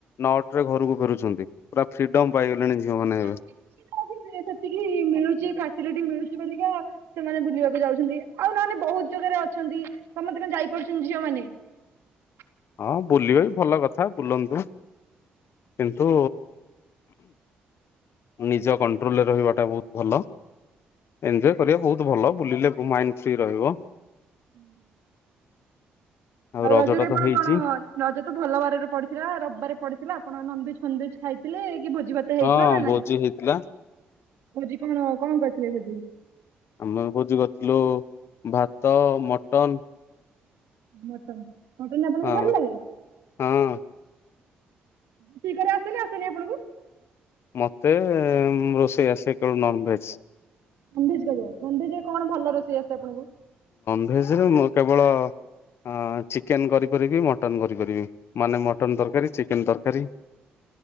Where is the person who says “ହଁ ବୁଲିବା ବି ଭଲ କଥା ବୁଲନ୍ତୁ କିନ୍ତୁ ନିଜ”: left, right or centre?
Left